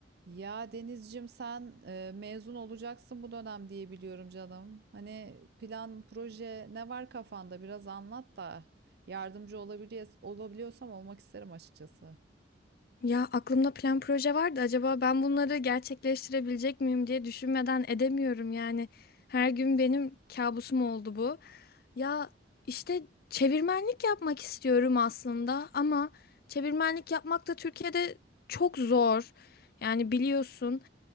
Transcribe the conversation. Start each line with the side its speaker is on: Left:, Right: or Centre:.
Right: Ya Denizcim, sen e, mezun olacaksın bu dönem diye biliyorum canım. Hani plan, proje ne var kafanda biraz anlat da yardımcı olabiliyor, olabiliyorsam olmak isterim açıkçası.
Left: Ya aklımda plan proje vardı. Acaba ben bunları gerçekleştirebilecek miyim diye düşünmeden edemiyorum yani. Her gün benim kabusum oldu bu. Ya işte çevirmenlik yapmak istiyorum aslında ama çevirmenlik yapmak da Türkiye'de çok zor. Yani biliyorsun